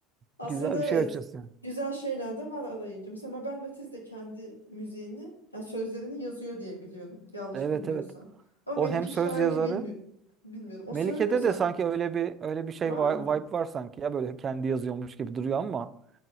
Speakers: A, on the left; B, on the right.
A: aslında
B: güzel
A: evet.
B: bir şey açıyorsun. yani.
A: Güzel şeyler de var arayınca. Mesela Mabel Matiz de kendi müziğini, yani sözlerini yazıyor diye biliyorum. Yanlış
B: Evet
A: bilmiyorsam.
B: evet.
A: Ama Melike
B: O hem söz
A: Şahin'i
B: yazarı
A: bilmi bilmiyorum. O
B: Melike'de
A: söylüyor sanki.
B: de sanki öyle bir öyle bir şey
A: Var
B: vi-
A: mı?
B: vibe var sanki ya böyle kendi yazıyormuş gibi duruyor ama